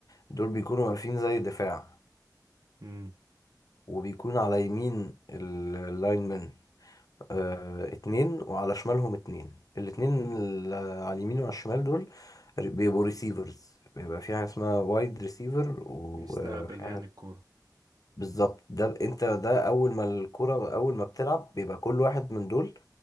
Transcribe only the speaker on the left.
دول بيكونوا واقفين زي دفاع
وبيكون على يمين اللاينمن آه اتنين وعلى شمالهم اتنين الاتنين اللي على اليمين وعلى الشمال دول ر- بيبقوا ريسيفرز بيبقى في حاجة اسمها وايد ريسيفر وفي
بالظبط ده انت ده اول ما الكرة اول ما بتلعب بيبقى كل واحد من دول